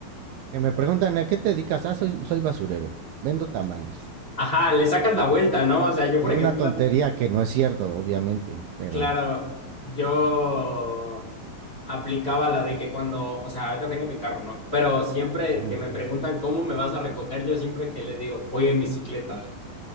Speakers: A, on the right (about 75°); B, on the left (about 15°).
A: Que me preguntan, ¿a qué te dedicas? Ah, soy, soy basurero, vendo tamales.
B: Ajá, le sacas
A: Mm.
B: la vuelta, ¿no? O sea, yo,
A: Alguna
B: por ejemplo,
A: tontería que no es cierto, obviamente, pero...
B: claro, yo aplicaba la de que cuando, o sea, ahorita tengo mi carro, ¿no? Pero siempre
A: ujú,
B: que me preguntan cómo me vas a recoger, yo siempre que les digo, voy en bicicleta.